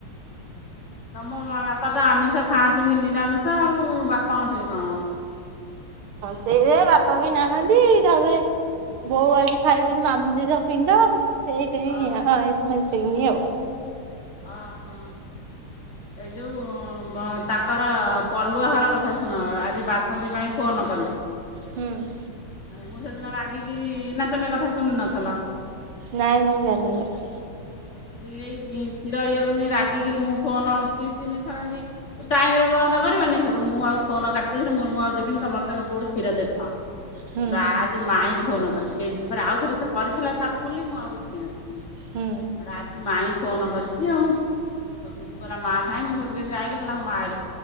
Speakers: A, on the left; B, on the right.
A: ତମ ମା ବାପା ତ ଆମିଷ ଖାଆନ୍ତିନି ନିରାମିଷ ଆଉ ବାପ୍ ତାଠି କଣ ଅଛି।
B: ସେଇଥିପାଇଁ ବାପା ବି ନାହାନ୍ତି ତାପରେ ବୋଉ ଆଜି ଖାଇବନି ମାମୁଁ ଝିଅ ପିଣ୍ଡ ସେଇପାଇଁ
A: ଅ
B: ଆଉ ଆଇଁସ ଫାଇଁସ ହେଇନି ଆଉ।
A: ଅ ହୋ। ଏଇ ଯୋଉ ବ ତାଙ୍କର ପଲୁଆ ଘର କଥା ଶୁଣ ଆଜି ବାସନ୍ତି ମାଇଁ ଫୋନ ନ କରିଛି।
B: ହୁଁ।
A: ମୁଁ ସେଦିନ ରାଗିକିରି ନା ତମେ ଏକଥା ଶୁଣି ନଥିଲ?
B: ନାଇଁ ମୁଁ ଜାଣିବା।
A: ଏଇ ଖି କ୍ଷୀର ଇ ରାଗିକିରି ମୁଁ ଫୋନ ଦିଇ ତିନି ଥର ଏନ୍ତି ଟାଇମରେ ବନ୍ଦ ନ୍ଦ କରିବନି ହେଠୁ ମୁଁ ଆଉ କାଟି ଦେଇଥିଲି ମୁଁ ଆଉ ଦେବିନି ତମର ତମେ କୋଉଠି କ୍ଷୀର ଦେଖ। ହେଠୁ
B: ହୁଁ
A: ଆଜି ମାଇଁ ଫୋନ କରିଚି କେଇ ଦିନି ପରେ ଆଉଥରେ ସେ କରିଥିଲା ସାକୁଲି ମୁଁ ଆଉ ଉଠେଇ ନଥିଲି।
B: ହୁଁ।
A: ହେଠୁ ଆଜି ମାଇଁ ଫୋନ କରିଚି ଆଉ। ହେଠୁ ଲୁପୁ କହିଲା ମା ନାହିଁ ମୁଁ ସେଠୁ ଯେମିତି ଆଇଲି କହିଲା ହଁ ମା ଆଇଲ।